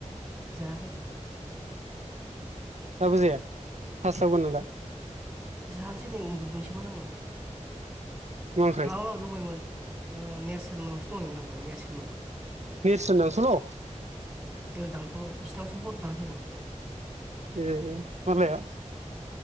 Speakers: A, in the centre; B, on the right.
A: जायाखै।
B: दाबो जाया हास्लाबगोन नों दा?
A: जानसै नै उन्दुदोंसोमोन आङो।
B: मा ओंख्रै
A: माबा मोनाव दंहैयोमोन ओ नेरसोन मोनावसो दंहैयोमोन आं नेरसोन मोनाव।
B: नेरसोन नावसोबाव?
A: दोदांथलाव बिसोरनावसो हर थाना फैदों।
B: ए मा लाया?